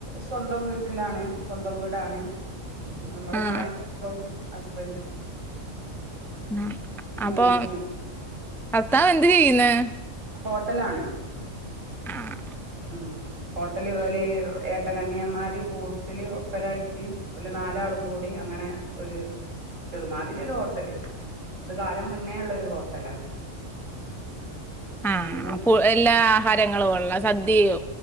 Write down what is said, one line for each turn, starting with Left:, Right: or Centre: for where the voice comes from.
Right: സ്വന്തം വീട്ടിലാണ് സ്വന്തം വീടാണ് നമ്മള്
Centre: ആഹ്
Right: നാല് <unintelligible> ഹസ്ബൻഡും
Centre: ആഹ്
Right: മൂ
Centre: അപ്പൊ
Right: മൂ
Centre: ഭർത്താവ് എന്ത് ചെയ്യ്ന്ന്?
Right: ഹോട്ടലാണ്
Centre: ആഹ്
Right: മ്മ് ഹോട്ടല് ജോലി ഏ ഏട്ടനനിയന്മാര് കുട്ട്തില് ഒപ്പരായിട്ട് ഓല് നാലാളും കൂടി അങ്ങനെ ഒരു ചെറുമാതിരി ഒരു ഹോട്ടല് അത് കാലം മുന്നേ ഉള്ളൊരു ഹോട്ടലാ
Centre: ആഹ്
Right: അങ്ങനെ
Centre: എല്ലാ ആഹാരങ്ങളുവോള്ള സദ്യോ